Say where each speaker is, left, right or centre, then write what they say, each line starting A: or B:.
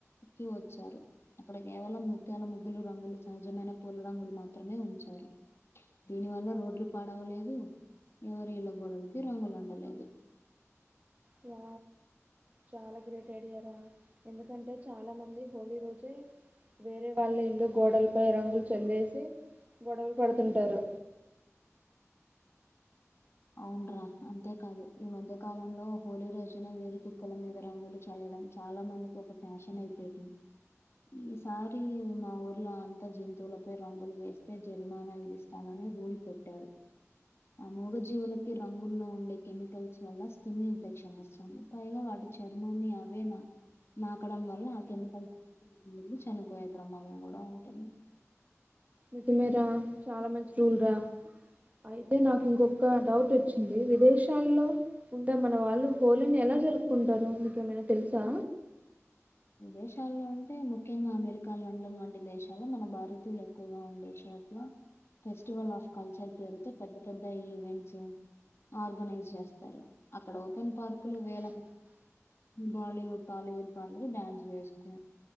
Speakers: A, on the left; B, on the right.
A: కి వచ్చారు అక్కడ కేవలం ముత్యాల ముగ్గులు రంగులు సహజమైన పూల రంగులు మా త్రమే ఉంచారు దీని వల్ల రోడ్లు పాడవలేదు ఎవరి ఇళ్ళ గోడలకి రంగులు అంటలేదు
B: చా చాలా గ్రేట్ ఐడియారా ఎందుకంటే చాలా మంది హోలీ రోజే వేరే వాళ్ళ ఇల్లు గోడలపై రంగులు చల్లేసి గొడవలు పడుతుంటారు
A: అవున్రా అంతేకాదు ఈ మధ్య కాలంలో హోలీ రోజున వీది కుక్కల మీద రంగులు చల్లడం చాలా మందికి ఒక ఫ్యాషన్ అయిపోయింది ఈసారి మా ఊర్లో అంత జంతువులపై రంగులు వేస్తే జరిమానా విధిస్ స్టామనే రూల్ పెట్టారు ఆమూగజీ జీవులకి రంగుల్లో ఉండే కెమికల్స్ వల్ల స్కిన్ ఇన్ఫెక్షన్ వస్తుంది పైగా వాటి చర్మాన్ని అవే నా నాకడం వల్ల కెమికల్స్ మింగి చనిపోయే ప్రమాదం కూడా ఉంటది
B: నిజమే రా చాలా మంచి రూల్ రా అయితే నాకు ఇంకొక డౌట్ వచ్చింది విదేశాల్లో ఉండ మన వాళ్ళు హోలీని ఎలా జరుపుకుంటారు మీకేమైనా తెలుసా
A: విదేశాల్లో అంటే ముఖ్యంగా అమెరికా లండన్ వంటి దేశాల్లో మన భారతీయులు ఎక్కువగా ఉండే చోట్ల ఫెస్టివల్ ఆఫ్ కల్చర్ పేరుతో పెద్ద పెద్ద ఈవెంట్సు ఆర్గనైజ్ చేస్తారు అక్కడ ఓపెన్ పార్కులు వేల బాలీవుడ్ టాలీవుడ్ బార్ వెళ్ళి డ్యాన్స్లు వేసుకు